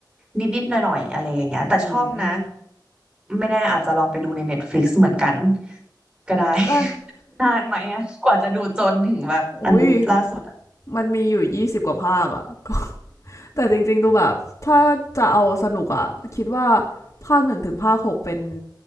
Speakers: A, on the right; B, on the left.
A: นิดๆหน่อยๆอะไรอย่างเงี้ยแต่ชอบนะ
B: อืม
A: ไม่แน่อาจจะลองไปดูใน Netflix เหมือนกันก็ได้ <laughs>
B: ก็ <laughs>
A: นานไหมอะกว่าจะดูจนถึงแบบอันล่าสุดอะ
B: อุ้ยมันมีอยู่ยี่สิบกว่าภาคอะก็ <laughs> แต่จริงๆดูแบบถ้าจะเอาสนุกอะคิดว่าภาคหนึ่งถึงภาคหกเป็น